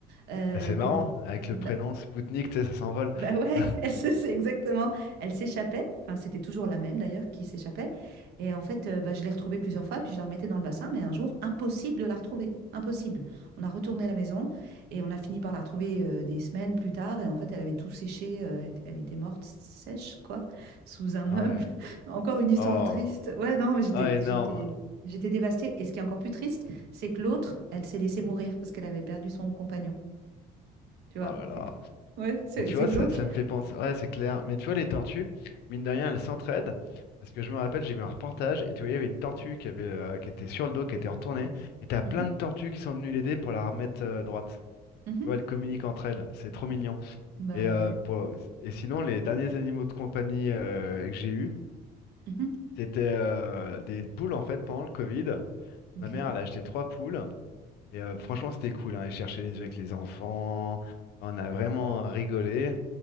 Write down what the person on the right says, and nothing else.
Euh,
donc,
bah,
bah
ouais, <laughs> elle se- c'est exactement. Elle s'échappait, enfin c'était toujours la même d'ailleurs qui s'échappait. Et en fait, euh, bah, je l'ai retrouvée plusieurs fois, puis je la remettais dans le bassin, mais un jour, impossible de la retrouver, impossible. On a retourné à la maison et on a fini par la retrouver euh, des semaines plus tard. Et en fait, elle avait tout séché, euh, elle était elle était morte sèche, quoi, <laughs> sous un meuble.
<laughs> Encore une histoire
triste. Ouais, non, mais j'étais,
j'étais, j'étais dévastée. Et ce qui est encore plus triste, c'est que l'autre, elle s'est laissée mourir parce qu'elle avait perdu son compagnon. Tu vois?
C'est que- Ouais, c'est
c'est
glauque.
Mmh mh.
Mmh mh.
Bah,
ouais.
Mmh mh.
OK.